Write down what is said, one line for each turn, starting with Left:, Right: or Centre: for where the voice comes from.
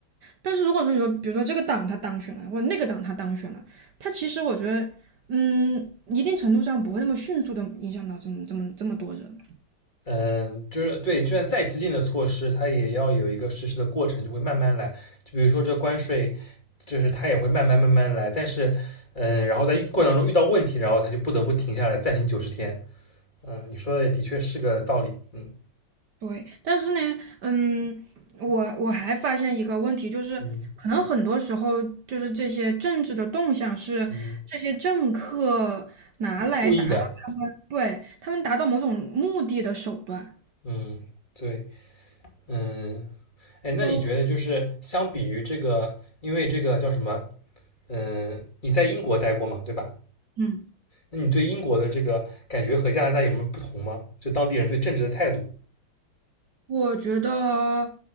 Right: 但是如果说你说，比如说这个党他当选了，或者那个党他当选了，他其实我觉得，嗯，一定程度上不会那么迅速的影响到这么这么这么多人。
Left: 嗯，就是对，就算再激进的措施，它也要有一个实施的过程，就会慢慢来。就比如说这关税，就是它也会慢慢慢慢来，但是，嗯，然后在过程中遇到问题，然后它就不得不停下来，暂停九十天。嗯，你说的也的确是个道理。嗯
Right: 对，但是呢，嗯，我我还发现一个问题，就是可能很多时候就是这些政治的动向是这些政客拿来达到他们对他们达到某种目的的手段。
Left: 嗯嗯，故意的。嗯，对，嗯，哎，那你觉得就是相比于这个，
Right: 都
Left: 因为这个叫什么？嗯，你在英国待过嘛，对吧？
Right: 嗯。
Left: 那你对英国的这个感觉和加拿大有没有不同吗？就当地人对政治的态度？
Right: 我觉得，